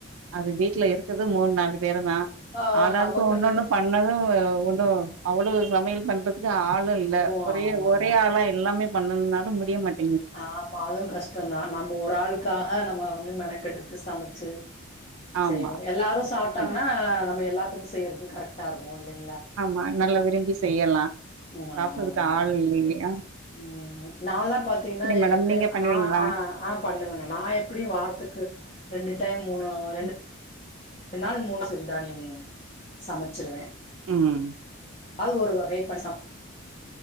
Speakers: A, on the right (about 70°); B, on the left (about 30°).
A: அது வீட்ல இருக்குது மூணு நாலு பேரு தா
B: ஆ
A: ஆளாளாக்கு
B: நமக்குன்னு
A: ஒன்னொண்ணு பண்ணது ஒண்ணு அவ்ளோ சமையல் பண்றதுக் கு ஆளு இல்ல
B: அதுவும்
A: ஒரே
B: ஆமாங்க.
A: ஒரே ஆளா எல்லாமே பண்ணன்னுன்னாலு முடிய மாட்
B: ஆமா அதுவு கஷ்டந்தா நம்ம ஒரு ஆளுக்காக நம்ம வந்து மெனக்கெடுத்து சமைச்சி
A: ஆமா
B: செய்யணு எல்லாரு சாப்ட்டாங்கன்னா
A: சேரி
B: நம்ம எல்லாத்துக்கு செய்றது கரெக்டா இருக்கு இல்லைங்க
A: ஆமா நல்லா விரும்பி செய்யலா
B: ம்
A: சாப்டுறதுக்கு
B: ஆமாங்க.
A: ஆள் இல்லலையே
B: ம் நால்லா பாத்திங்கன்னா எ
A: மேடம்
B: எப்டியு
A: நீங்க பண்ணுவீங்களா
B: நா ஆ ஆ பண்ணுவங்க நா எப்டியு வாரத்துக் கு ரண்டு டைம் மூணு ரண்
A: ம்
B: நாள் மூணு சிறுதானியம் சமச்சிருவே
A: ம்
B: அது ஒரு வகை பண்ட